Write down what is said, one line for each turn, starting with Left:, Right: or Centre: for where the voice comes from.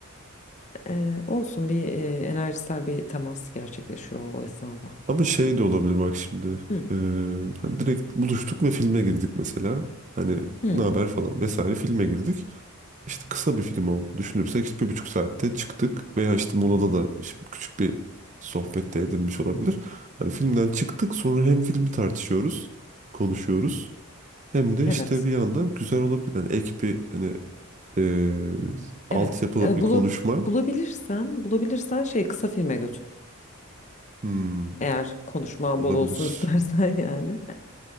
Left: Ee, olsun bir e, enerjisel bir temas gerçekleşiyor o esnada.
Right: Ama şey de olabilir bak şimdi.
Left: Hı,
Right: e, hani direkt buluştuk ve filme girdik mesela. Hani
Left: hı,
Right: ne haber falan vesaire filme girdik. İşte kısa bir film olduğunu düşünürsek işte bir buçuk saatte çıktık veya işte molada da işte küçük bir sohbette edilmiş olabilir. Hani filmden çıktık sonra hem filmi tartışıyoruz, konuşuyoruz hem de
Left: evet,
Right: işte bir yandan güzel olabilir. Yani ek bir hani eee altyapılı
Left: evet. Ee,
Right: bir
Left: bulu-
Right: konuşma
Left: bulabilirsen, bulabilirsen şey kısa filme götür.
Right: hmm,
Left: Eğer konuşma
Right: olabilir.
Left: bol olsun <laughs> istersen yani.